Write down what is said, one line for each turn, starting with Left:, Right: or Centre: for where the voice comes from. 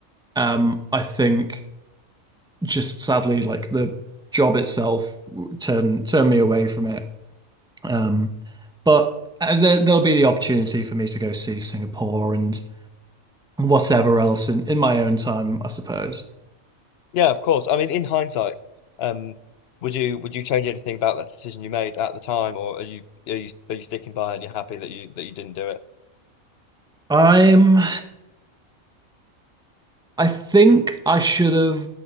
Centre: um, I think just sadly, like the job itself w- turned turned me away from it. Um, but uh, there, there'll be the opportunity for me to go see Singapore and whatever else in, in my own time, I suppose.
Left: Yeah, of course. I mean, in hindsight, um, would you would you change anything about that decision you made at the time, or are you are you are you sticking by it and you're happy that you that you didn't do it?
Centre: I'm I think I should have